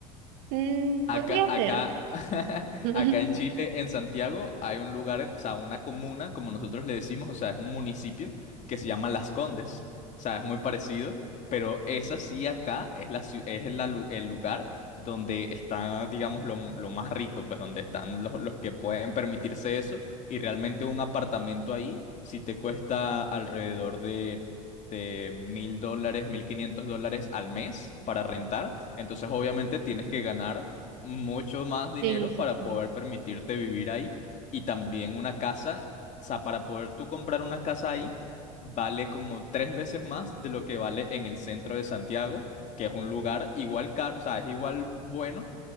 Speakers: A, on the right (about 60°); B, on the left (about 40°).
A: Mm, podría
B: Acá, acá,
A: ser.
B: <laughs>
A: <laughs> Ujú.
B: acá en Chile, en Santiago, hay un lugar, o sea, una comuna, como nosotros le decimos, o sea, es un municipio que se llama Las Condes. O sea, es muy parecido, pero esa sí acá es la, ciu- es la lu- el lugar donde está, digamos, lo, lo más rico, pues donde están los, los que pueden permitirse eso. Y realmente un apartamento ahí sí te cuesta alrededor de... de mil dólares, mil quinientos dólares al mes para rentar. Entonces, obviamente, tienes que ganar mucho más dinero
A: Sí, Sí,
B: para
A: sí.
B: poder permitirte vivir ahí y también una casa, o sea, para poder tú comprar una casa ahí vale como tres veces más de lo que vale en el centro de Santiago, que es un lugar igual caro, o sea, es igual bueno,